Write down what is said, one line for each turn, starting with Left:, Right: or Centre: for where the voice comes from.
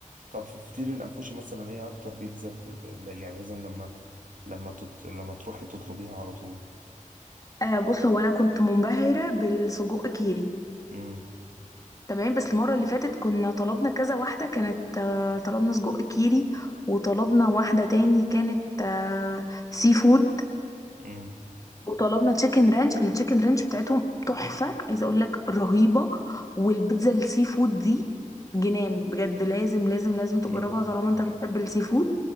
Right: طب في فطير الانفوشي مثلا ايه اكتر بيتزا ب... ب... لا، يعني لازم لما لما تت... لما تروحي تطلبيها على طول
Left: آه بص هو انا كنت منبهرة بالسجق كيري
Right: امم
Left: تمام بس المرة اللي فاتت كنا طلبنا كذا واحدة كانت آه طلبنا سجق كيري وطلبنا واحدة تاني كانت آه سي فود
Right: امم
Left: وطلبنا تشيكن رانش التشيكن رانش بتاعتهم تحفة عايزة اقول لك رهيبة والبيتزا السي فود دي جنان بجد لازم لازم لازم تجربها
Right: امم
Left: طالما انت بتحب السي فود